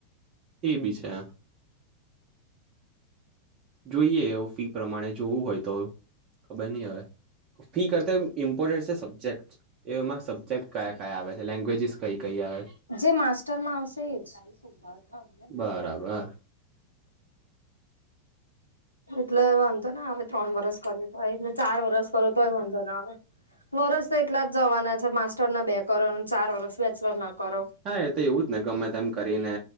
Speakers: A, on the right; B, on the left.
A: એ બી છે. જોઈએ હવે ફી પ્રમાણે જોવું હોય તો ખબર નહીં હવે. ફી કરતાય ઇમ ઇમપોર્ટેન્ટ છે સબ્જેક્ટ. એમાં સબ્જેક્ટ કયા કયા આવે છે, લેંગ્વેજીસ કઈ કઈ આવે?
B: જે માસ્ટરમાં આવશે એજ. <inaudible>
A: બરાબર હ
B: એટલે વાંધો ના આવે ત્રણ વરસ કર્યો તો એને ચાર વરસ કરો તોય વાંધો ના આવે. વરસ તો એટલા જ જવાના છે માસ્ટર ના બે કરો ને ચાર વરસ બેચલરના કરો.
A: હા એ તો એવું જ ને ગમે તેમ કરીને